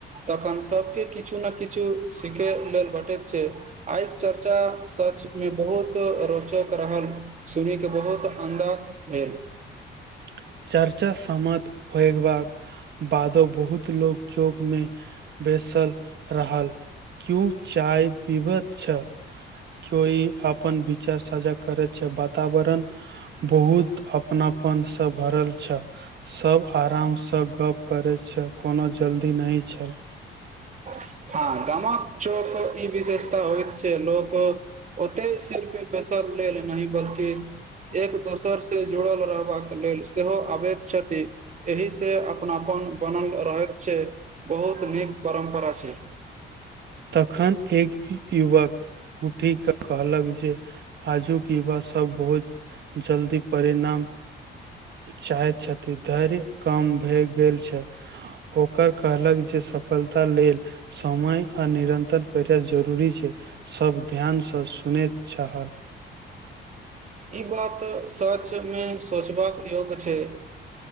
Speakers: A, on the right; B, on the right.
A: तखन सबके किछु ना किछु सीखे लेल भेटैत छै आइ चर्चा सच मे बहुत रोच रोचक रहल सुनि क बहुत अन्दाज भेल
B: <unintelligible> चर्चा सम्मत होयबाक बादो बहुत लोग चौक मे बेसल रहल क्यू चाय पिबत छल कोई अपन विचार साझा करै छै बात वातावरण बहुत अपनापन स भरल सब आराम स गप्प करै छल कोनो जल्दी नहि छल
A: हँ गामक चौक ई विशेषता होइत छै लोक ओते सिर्फ बसल लेल नहि बल्कि एक दोसर से जुड़ल रहबाक लेल सेहो अबैत छथि एहि से अपनापन बनल रहैत छै बहुत नीक परम्परा छै
B: तखन एक युवक उठीऽ कहलक जे आजूक युवा सब बहुत जल्दी परिणाम चाहैत छथि धैर्य कम भए गेल छै ओकर कहलक जे जे सफलता लेल समय तर पहिरल जरूरी छै सब ध्यानसँ सुनैत चाह
A: ई बात त सच मे सोचबाक योग्य छै